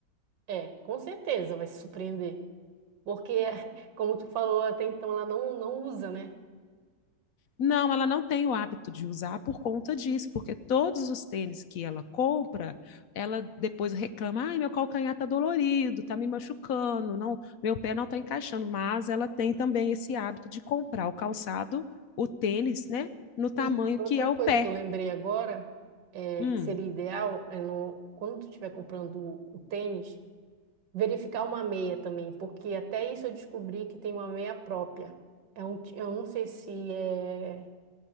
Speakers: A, on the right; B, on the left.
A: É, com certeza vai se surpreender. Porque, <laughs> como tu falou até então, ela não, não usa, né?
B: Não, ela não tem o hábito de usar por conta disso, porque todos os tênis que ela compra, ela depois reclama: "Ai, meu calcanhar tá dolorido, tá me machucando, não, meu pé não tá encaixando". Mas ela tem também esse hábito de comprar o calçado, o tênis, né, no tamanho
A: E outra
B: que é
A: coisa
B: o pé.
A: que eu lembrei agora, é,
B: Hum,
A: que seria ideal, é no, quando tu estiver comprando o, o tênis, verificar uma meia também, porque até isso eu descobri que tem uma meia própria. É um, ti- eu não sei se é.